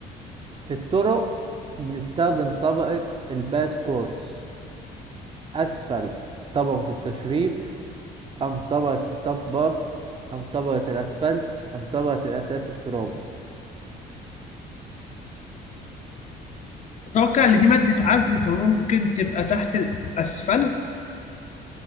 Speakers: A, on the right; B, on the left.
A: في الطرق بنستخدم طبقة الباس كورس اسفل طبقة التشريب ام طبقة الصب باص ام طبقة الاسفلت ام طبقة الاساس الترابي
B: أتوقع إن دي مادة عزل فممكن تبقى تحت الأسفل